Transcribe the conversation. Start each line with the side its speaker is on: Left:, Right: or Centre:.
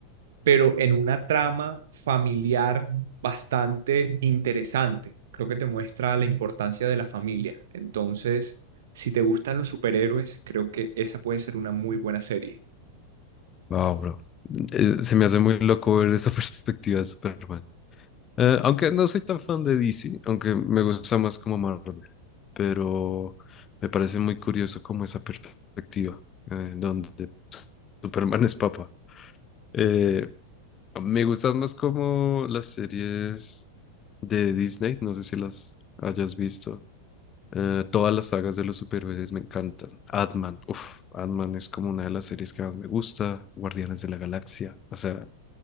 Right: pero en una trama familiar bastante interesante. Creo que te muestra la importancia de la familia. Entonces, si te gustan los superhéroes, creo que esa puede ser una muy buena serie.
Left: Wow, bro. Eh, se me hace muy loco ver esa <laughs> perspectiva de Superman. Eh, aunque no soy tan fan de DC, aunque me gusta más como Marvel, pero me parece muy curioso como esa perspectiva eh, donde Superman es papa. Eh, me gustan más como las series. de Disney, no sé si las hayas visto. Eh, todas las sagas de los superhéroes me encantan. Ant-Man, uff, Ant-Man es como una de las series que más me gusta. Guardianes de la Galaxia, o sea,